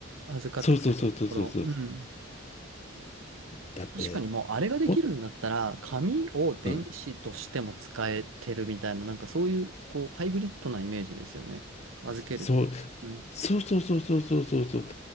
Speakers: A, on the right; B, on the left.
A: 預かってくれるところ。
B: そうそうそうそうそうそう。
A: うん。
B: だって、
A: 確かにもうあれができるんだったら、
B: ほん
A: 紙を電子としても使えてるみたいな、
B: うん
A: なんかそういう、こう、ハイブリッドなイメージですよね。預ける。
B: そう、
A: うん。
B: そうそうそうそうそうそうそう。